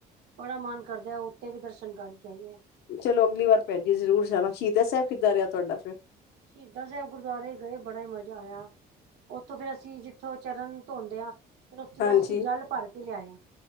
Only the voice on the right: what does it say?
ਬੜਾ ਮਨ ਕਰਦੇ ਆ ਉੱਤੇ ਵੀ ਦਰਸ਼ਨ ਕਰਕੇ ਆਈਏ।
ਸ਼ਹੀਦਾਂ ਸਾਹਿਬ ਗੁਰਦੁਆਰੇ ਗਏ ਬੜਾ ਹੀ ਮਜ਼ਾ ਆਇਆ। ਉੱਥੋਂ ਫੇਰ ਅਸੀਂ ਜਿੱਥੋਂ ਚਰਨ ਧੋਂਦੇ ਹਾਂ, ਫਿਰ ਉੱਥੋਂ
ਅਸੀਂ ਜਲ ਭਰ ਕੇ ਲਿਆਏ ਹਾਂ।